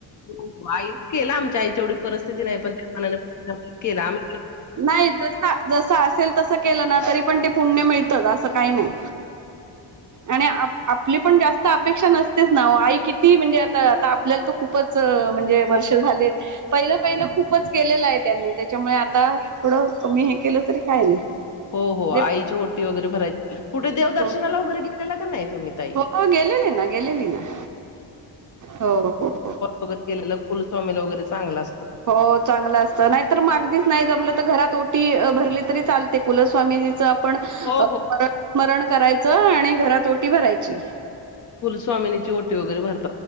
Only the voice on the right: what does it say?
नाही जस जस असेल तसं केलं ना तरी पण ते पुण्य मिळत असं काही नाही. आणि आपली पण जास्त अपेक्षा नसतेच ना वो आई किती म्हणजे आता आपल्याला तर खूपच म्हणजे वर्ष
झालेत पहिलं पहिलं खूप खूपच केलेलं आहे त्यांनी त्याच्यामुळे आता थोडं कमी हे केलं तरी काय नाही.
ते
हो
हो गेलेली ना गेलेली ना हो हो हो.
हो चांगलं असतं नाहीतर मग अगदीच नाही जमलं तर घरात ओटी भरली तरी चालते कुलस्वामी आपण
स्मरण
करायचं आणि घरात ओटी भरायची.